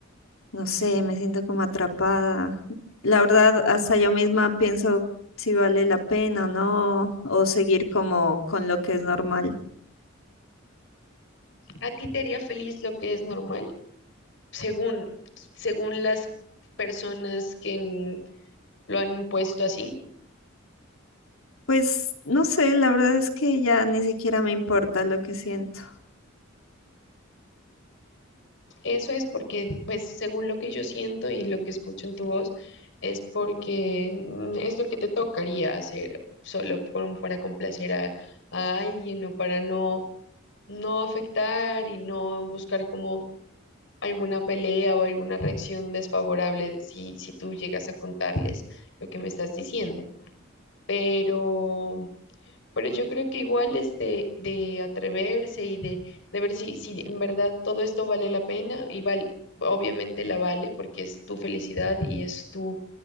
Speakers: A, on the left; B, on the left.
A: no sé, me siento como atrapada. La verdad, hasta yo misma pienso si vale la pena o no, o seguir como con lo que es normal.
B: ¿A ti te haría feliz lo que es normal? Según, según las personas que en- lo han impuesto así.
A: Pues no sé, la verdad es que ya ni siquiera me importa lo que siento.
B: Eso es porque, pues, según lo que yo siento y lo que escucho en tu voz, es porque mm, es lo que te tocaría hacer, solo como para complacer a, a alguien o para no no afectar y no buscar como alguna pelea o alguna reacción desfavorable si, si tú llegas a contarles lo que me estás diciendo. Pero, pero yo creo que igual es de, de atreverse y de, de ver si, si en verdad todo esto vale la pena y vale, obviamente la vale porque es tu felicidad y es tu,